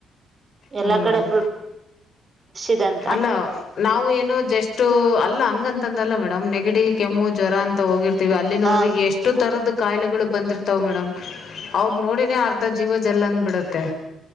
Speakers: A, on the right (about 35°); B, on the left (about 60°).
A: ಎಲ್ಲಾ
B: ಹಾಂ ಮೇಡಮ್
A: ಕಡೆ ಫುಲ್ ಇದೆ ಅಂತ
B: ಅಲ್ಲ ನಾವು ಏನು ಜಸ್ಟ್ ಅಲ್ಲ ಹಂಗಂತಂದಲ್ಲ ಮೇಡಮ್ ನೆಗಡಿ ಕೆಮ್ಮು ಜ್ವರ ಅಂತ ಹೋಗಿರ್ ತಿವಿ ಅಲ್ಲಿ ನೋಡ್ರೆ
A: ಹಾ
B: ಎಷ್ಟು ತರದ ಕಾಯಿಲೆಗಳು ಬಂದಿರ್ತಾವ ಮೇಡಮ್ ಅವ್ರರು ನೋಡಿನೇ
A: ಹ್ಮ್
B: ಅರ್ಧ ಜೀವ ಜ ಜೆಲ್ಲಂದ್ ಬಿಡತ್ತೆ